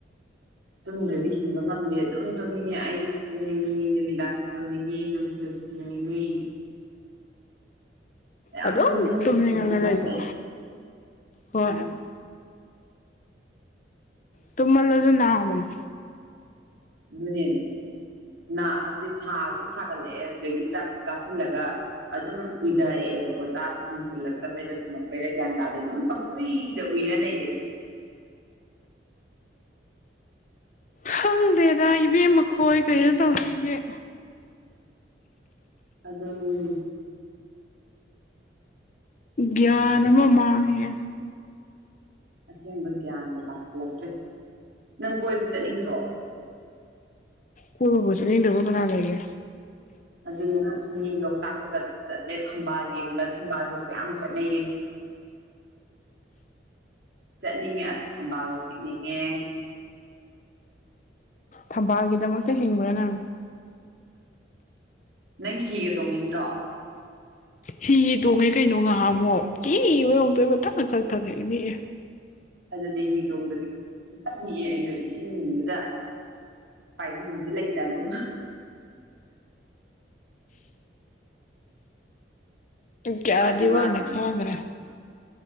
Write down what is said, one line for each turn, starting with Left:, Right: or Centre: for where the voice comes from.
Right: ꯇꯨꯝꯗ꯭ꯔꯗꯤ ꯍꯤꯡꯕ ꯉꯝꯗꯦ ꯑꯗꯨꯝ ꯇꯨꯝꯅꯤꯡ ꯑꯌꯨꯛꯁꯨ ꯇꯨꯝꯅꯤꯡꯉꯤ ꯅꯨꯃꯤꯗꯥꯡꯁꯨ ꯇꯨꯝꯅꯤꯡꯉꯤ ꯅꯨꯡꯊꯜꯁꯨ <inaudible> ꯃꯌꯥꯝ
Left: ꯑꯗꯨꯝ
Right: ꯇꯨꯝꯁꯤꯟꯕꯁꯨ
Left: ꯇꯨꯝꯅꯤꯡꯉꯅ
Right: ꯐꯠꯇꯤ ꯐꯠꯇꯦ
Left: ꯂꯩꯕ ꯍꯣꯏ
Right: ꯎꯝ
Left: ꯇꯨꯝ ꯃꯜꯂꯖꯨ ꯅꯥꯕꯅꯤ
Right: ꯑꯗꯨꯅꯦ ꯅꯥ ꯑꯗꯨꯗꯤ ꯁꯥꯁꯨ ꯁꯥꯒꯠꯂꯛꯑꯦ ꯑꯗꯨꯗꯒꯤ ꯆꯥꯛꯁꯨ ꯆꯥꯁꯤꯜꯂꯒ ꯑꯗꯨꯝ ꯎꯏꯊꯔꯛꯑꯦꯕꯀꯣ ꯆꯥ ꯇꯨꯝꯁꯤꯜꯂꯛꯇꯕꯩꯗ ꯊꯨꯝꯃꯛꯛꯄꯩꯔ ꯒ꯭ꯌꯥꯟ ꯇꯥꯗꯦ ꯑꯗꯨꯝ ꯎꯏꯗ ꯎꯏꯔ ꯂꯩꯔꯦ
Left: ꯈꯪꯗꯦꯗ ꯏꯕꯦꯝ ꯃꯈꯣꯏ ꯀꯩꯅꯣ ꯇꯧꯗ‌ꯣꯏꯖ‌ꯦ
Right: ꯑꯗꯨꯅꯤ
Left: ꯒ꯭ꯌꯥꯟ ꯑꯃ ꯃꯥꯥꯡꯉꯦꯍ‌ꯦ
Right: ꯑꯁꯦꯡꯕ ꯒ꯭ꯌꯥꯟꯒ ꯇꯥꯁꯤꯜꯂꯛꯇ꯭ꯔꯦ ꯅꯪ ꯀꯣꯏꯕ ꯆꯠꯅꯤꯡꯗ꯭ꯔꯣ
Left: ꯀꯣꯏꯕꯕꯨ ꯆꯠꯅꯤꯡꯗꯕ ꯀꯅꯥ ꯂꯩꯒꯦ
Right: ꯑꯗꯨꯅꯤ ꯑꯁ ꯃꯤ ꯂꯣꯛꯇꯥꯛꯇꯒ ꯆꯠꯂꯦ ꯊꯝꯕꯥꯜ ꯌꯦꯡꯕ ꯊꯝꯕꯥꯜ ꯍ‌ꯦꯛꯄ ꯌꯥꯝ ꯆꯠꯅꯩꯌꯦ ꯆꯠꯅꯤꯡꯉꯦ ꯑꯁ ꯊꯝꯕꯥꯜꯗꯣ ꯍꯦꯛꯅꯤꯡꯉꯦ
Left: ꯊꯝꯕꯥꯜꯒꯤꯗꯃꯛꯇ ꯍꯤꯡꯕ꯭ꯔꯥ ꯅꯪ
Right: ꯅꯪ ꯁꯤꯒ ꯇꯣꯡꯅꯤꯡꯗ꯭ꯔꯣ
Left: ꯍꯤ ꯇꯣꯡꯉꯦ ꯀꯩꯅꯣ ꯉꯥꯍꯥꯃꯨꯛ ꯀꯤꯕꯗ ꯑꯝꯇ‌ꯣꯏꯕ ꯊꯛ-ꯊꯛ-ꯊꯛ ꯍꯦꯛꯅꯤꯛꯑꯦ
Right: ꯑꯗꯨꯅꯤ ꯍꯤ ꯇꯣꯡꯕꯗꯤ ꯊꯛ-ꯊꯛꯅꯤꯛ ꯑꯦ ꯑꯩꯅ ꯏꯁꯤꯡꯗꯨꯗ ꯄꯥꯏꯚꯝꯖꯨ ꯂꯩꯇꯒꯨꯝ
Left: ꯀꯌꯥꯗꯤ
Right: ꯋꯥꯗꯤ ꯋꯥꯈ꯭ꯔꯦ
Left: ꯋꯥꯅ ꯈꯥꯡꯒ꯭ꯔ‌ꯦ